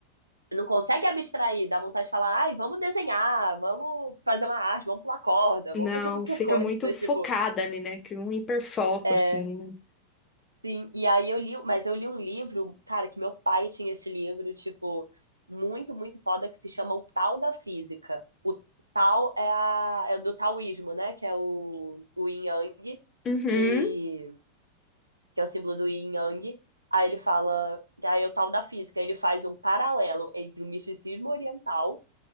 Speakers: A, on the right (about 85°); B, on the left (about 25°).
A: não consegue abstrair, dá vontade de falar, ai, vamos desenhar, vamos fazer uma arte, vamos pular corda,
B: não,
A: vamos fazer <laughs> qualquer
B: fica
A: coisa,
B: muito focada
A: tipo,
B: ali, né? Cria um hiperfoco,
A: é,
B: assim.
A: sim, e aí eu li, mas eu li um livro, cara, que meu pai tinha esse livro, tipo, muito, muito foda, que se chama O Tal da Física. O Tal é, a, é do taoísmo, né, que é o, o Yin Yang,
B: Uhum.
A: e, que é o símbolo do Yin Yang, aí ele fala, aí é o Tal da Física, ele faz um paralelo entre o misticismo oriental